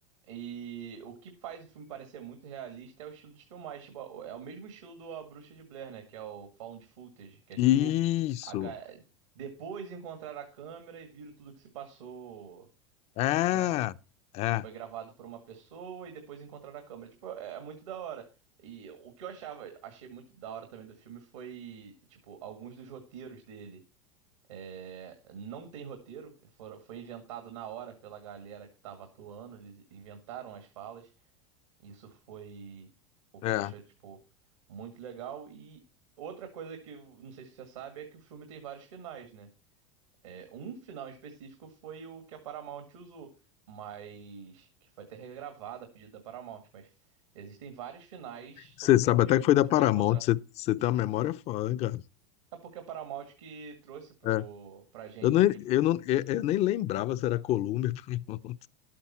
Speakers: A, on the right (about 80°); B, on the left (about 45°).
A: E o que faz o filme parecer muito realista é o estilo de filmagem. Tipo, é o mesmo estilo do A Bruxa de Blair, né? Que é o found footage, que é
B: Isso!
A: tipo a ga- depois encontrar a câmera e viram tudo que se passou,
B: É,
A: né?
B: é,
A: Foi gravado por uma pessoa e depois encontrar a câmera. Tipo, é é muito da hora. E o que eu achava, achei muito da hora também do filme foi, tipo, alguns dos roteiros dele. É, não tem roteiro, foram- foi inventado na hora pela galera que estava atuando, eles inventaram as falas. Isso foi o que
B: é.
A: deixou, tipo, muito legal. E outra coisa que eu não sei se você sabe é que o filme tem vários finais, né? É, um final específico foi o que a Paramount usou, mas que foi até regravado a pedido da Paramount, mas existem vários finais
B: Você
A: sobre esse
B: sabe
A: filme
B: até que foi
A: que você
B: da Paramount,
A: pode encontrar.
B: você, você tem uma memória foda, cara.
A: É porque a Paramount que trouxe pro,
B: É.
A: pra gente
B: Eu, nem,
A: aqui, pro,
B: eu, não, eu, eu nem lembrava se era Columbia ou Paramount.